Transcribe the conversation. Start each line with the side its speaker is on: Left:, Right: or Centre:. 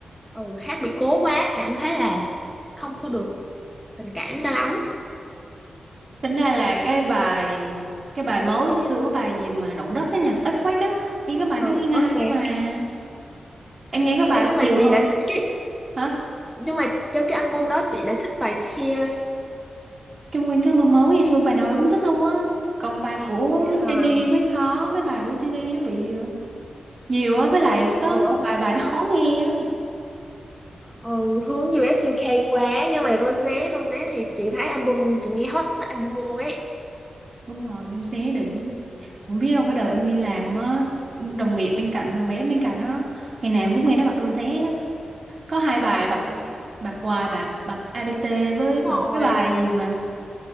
Centre: ừ, Hát bị cố quá Cảm thấy là không có được tình cảm cho lắm
Right: tính ra là cái bài cái bài mới xưa cái bài gì mà động đất á nha, ít quét á, đi cái bài
Centre: ừ,
Right: nó nghe
Centre: Earthquake
Right: hay mà. Em nghe cái bài
Centre: ấy
Right: đó
Centre: nhưng mà
Right: nhiều
Centre: chị
Right: hơn.
Centre: lại thích cái
Right: Hả?
Centre: nhưng mà trong cái album đó chị lại thích bài Tears
Right: Trong nguyên cái album mới Jisoo bài nào em cũng thích luôn á. Còn bài của
Centre: vậy hả
Right: Jennie mới khó, mấy bài của Jennie nó bị ờ, nhiều á, với lại có
Centre: ừ
Right: một vài bài nó khó nghe á.
Centre: ừ, hướng US UK quá nhưng mà Rosé Rosé thì chị thấy album chị nghe hết album luôn ấy
Right: Đúng rồi, nhưng sẽ định không biết đâu cái đời em đi làm á, đồng nghiệp bên cạnh thằng bé bên cạnh nó ngày nào em cũng nghe nó bật rosé có hai bài bạc
Centre: Thế
Right: bạc hoài bạc bạc APT với
Centre: đúng
Right: bạc-
Centre: rồi
Right: cái bài gì mà